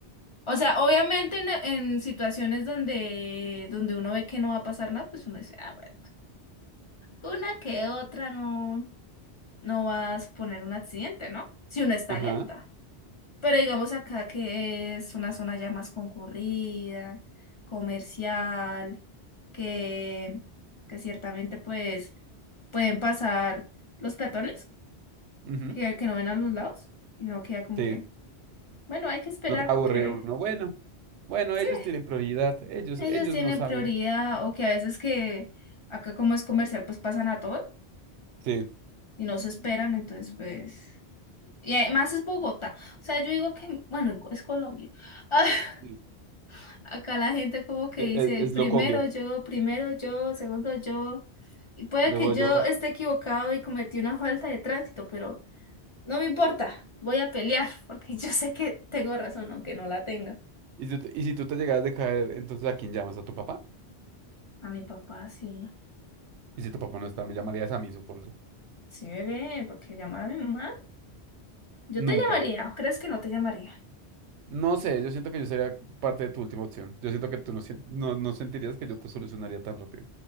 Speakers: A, on the left; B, on the right.
A: O sea, obviamente en, en situaciones donde, donde uno ve que no va a pasar nada, pues uno dice, ah, bueno, una que otra no, no va a suponer un accidente, ¿no? Si uno está
B: Ajá.
A: alerta. Pero digamos acá que es una zona ya más concurrida, comercial, que, que ciertamente pues pueden pasar los peatones
B: ujú,
A: que, que no ven a los lados y uno queda como
B: Sí.
A: que, bueno, hay que esperar
B: Lo que aburre
A: porque
B: a uno. Bueno, bueno,
A: sí,
B: ellos tienen prioridad. Ellos,
A: ellos
B: ellos
A: tienen
B: no saben.
A: prioridad o que a veces que acá como es comercial pues pasan a todo
B: Sí,
A: y no se esperan, entonces pues... Y además es Bogotá. O sea, yo digo que, bueno, es Colombia. <laughs>
B: sí.
A: acá la gente como que
B: e-
A: dice,
B: e- Es,
A: primero
B: lo combia.
A: yo, primero yo, segundo yo. Y puede
B: Luego
A: que yo
B: yo.
A: esté equivocado y cometí una falta de tránsito, pero No me importa, voy a pelear porque yo sé que tengo razón, aunque no la tenga.
B: Y si, tú- y si tú te llegas de caer, entonces ¿a quién llamas? ¿A tu papá?
A: A mi papá sí.
B: Y si tu papá no está, me llamarías a mí, supondré.
A: Sí, bebé, ¿por qué llamar a mi mamá? Yo
B: Nunca.
A: te llamaría, ¿o crees que no te llamaría?
B: No sé, yo siento que yo sería parte de tu última opción. Yo siento que tú no, sien- no, no sentirías que yo te solucionaría tan rápido.